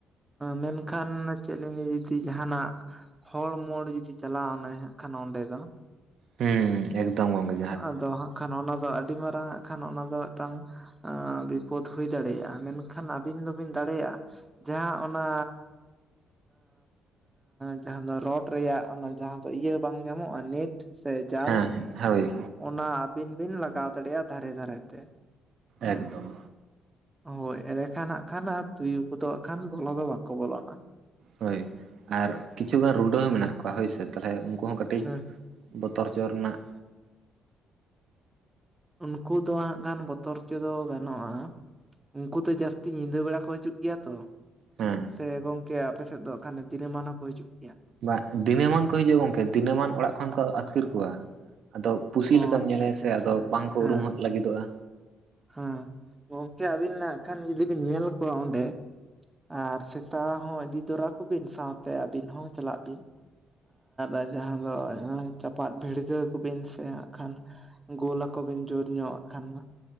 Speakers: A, on the right; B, on the right.
A: ᱢᱮᱱᱠᱷᱟᱱ ᱪᱮᱫ ᱞᱤᱧ <unintelligible> ᱡᱩᱫᱤ ᱡᱟᱦᱟᱱᱟᱜᱼᱼ ᱦᱚᱲ ᱢᱳᱲ ᱡᱩᱫᱤ ᱪᱟᱞᱟᱣᱱᱟᱭ ᱦᱟᱸᱜ ᱠᱷᱟᱱ ᱚᱸᱰᱮ ᱫᱚᱼᱼ
B: ᱦᱩᱸ ᱮᱠᱫᱚᱢ ᱜᱚᱢᱠᱮ,
A: ᱟᱫᱚ ᱦᱟᱸᱜ ᱠᱷᱟᱱ ᱚᱱᱟ ᱫᱚ ᱟᱹᱰᱤ ᱢᱟᱨᱟᱝ ᱟᱜ- ᱠᱷᱟᱱ ᱚᱱᱟ ᱫᱚ ᱢᱤᱫᱴᱟᱝ ᱵᱤᱯᱚᱫ ᱦᱩᱭ ᱫᱟᱲᱮᱭᱟᱜᱼᱟ ᱢᱮᱱᱠᱷᱟᱱ ᱟᱹᱵᱤᱱ ᱫᱚᱵᱤᱱ ᱫᱟᱲᱮᱭᱟᱜᱼᱟ᱾ ᱡᱟᱦᱟᱸ ᱚᱱᱟᱼᱼ ᱡᱟᱦᱟᱸ ᱫᱚ ᱨᱚᱰ ᱨᱮᱭᱟᱜ ᱚᱱᱟ ᱡᱟᱦᱟᱸ ᱫᱚ ᱤᱭᱟᱹ ᱵᱟᱝ ᱧᱟᱢᱚᱜᱼᱟ ᱱᱮᱴ, ᱥᱮ ᱡᱟᱞ
B: ᱦᱮᱸ ᱦᱮᱸ ᱦᱳᱭ᱾
A: ᱚᱱᱟ ᱟᱹᱵᱤᱱ ᱵᱤᱱ ᱞᱟᱜᱟᱣ ᱫᱟᱲᱮᱭᱟᱜᱼᱟ ᱫᱷᱟᱨᱮ ᱫᱷᱟᱨᱮᱛᱮ᱾
B: ᱮᱠᱫᱚᱢ
A: ᱦᱳᱭ ᱮᱲᱮ ᱠᱷᱟᱱ ᱦᱟᱸᱜ ᱠᱷᱟᱱ ᱟᱨ ᱛᱩᱭᱩ ᱠᱚᱫᱚ ᱦᱟᱸᱜ ᱠᱷᱟᱱ ᱵᱚᱞᱚ ᱫᱚ ᱵᱟᱠᱚ ᱵᱚᱞᱚᱱᱟ᱾
B: ᱦᱳᱭ ᱟᱨ ᱠᱤᱪᱷᱩᱜᱟᱱ ᱨᱩᱰᱟᱹ ᱦᱚᱸ ᱢᱮᱱᱟᱜ ᱠᱚᱣᱟ ᱦᱳᱭ ᱥᱮ ᱛᱟᱦᱚᱞᱮ ᱩᱱᱠᱩ ᱦᱚᱸ ᱠᱟᱹᱴᱤᱡᱼᱼ
A: ᱦᱮᱸ
B: ᱵᱚᱛᱚᱨ ᱪᱚᱨ ᱨᱮᱱᱟᱜᱼᱼ
A: ᱩᱱᱠᱩ ᱫᱚ ᱦᱟᱸᱜ ᱜᱟᱱ ᱵᱚᱛᱚᱨ ᱪᱚ ᱜᱟᱱᱚᱜᱼᱟ, ᱩᱱᱠᱩ ᱫᱚ ᱡᱟᱹᱥᱛᱤ ᱧᱤᱫᱟᱹ ᱵᱮᱲᱟ ᱠᱚ ᱦᱤᱡᱩᱜ ᱜᱤᱭᱟ ᱛᱚ᱾
B: ᱦᱮᱸ
A: ᱥᱮ ᱜᱚᱝᱠᱮ ᱟᱯᱮ ᱥᱮᱫ ᱫᱚ ᱟᱜᱠᱷᱟᱱ ᱫᱤᱱᱟᱹᱢᱟᱱ ᱦᱚᱸᱠᱚ ᱦᱤᱡᱩᱜ ᱜᱤᱭᱟ?
B: ᱵᱟᱜ ᱫᱤᱱᱟᱹᱢᱟᱱ ᱠᱚ ᱦᱤᱡᱩᱜᱼᱟ ᱜᱚᱝᱠᱮ ᱫᱤᱱᱟᱹᱢᱟᱱ ᱚᱲᱟᱜ ᱠᱷᱚᱱ ᱠᱚ ᱟᱹᱛᱠᱤᱨ ᱠᱚᱣᱟ᱾ ᱟᱫᱚ ᱯᱩᱥᱤ
A: ᱚ
B: ᱞᱮᱠᱟᱢ
A: ᱟᱪᱪᱷᱟ
B: ᱧᱮᱞᱮᱭᱟ
A: ᱟᱪᱪᱷᱟ
B: ᱥᱮ
A: ᱟᱪᱪᱷᱟ
B: ᱟᱫᱚ ᱵᱟᱝ ᱠᱚ
A: ᱦᱮᱸ
B: ᱩᱨᱩᱢᱦᱚᱫ ᱞᱟᱜᱤᱫᱚᱜᱼᱟ᱾
A: ᱦᱮᱸ ᱜᱚᱝᱠᱮ ᱟᱹᱵᱤᱱ ᱱᱟᱜᱠᱷᱟᱱ ᱡᱩᱫᱤ ᱵᱤᱱ ᱧᱮᱞ ᱠᱚᱣᱟ ᱚᱸᱰᱮᱼᱼ ᱟᱨ ᱥᱮᱛᱟ ᱦᱚᱸ ᱤᱫᱤ ᱛᱚᱨᱟ ᱠᱩᱵᱤᱱ ᱥᱟᱶᱛᱮ ᱟᱹᱵᱤᱱ ᱦᱚᱸ ᱪᱟᱞᱟᱜ ᱵᱤᱱ᱾ ᱟᱨ ᱡᱟᱦᱟᱸ ᱫᱚ ᱱᱚᱜᱼᱚᱭ ᱪᱟᱯᱟᱫ ᱵᱷᱤᱲᱜᱟᱹᱣ ᱠᱚᱵᱤᱱ ᱥᱮ ᱦᱟᱸᱜ ᱠᱷᱟᱱᱼᱼ ᱜᱳᱞᱟᱠ ᱵᱤᱱ ᱡᱳᱨᱧᱚᱜ ᱦᱟᱜ ᱠᱷᱟᱱ ᱫᱚᱼᱼ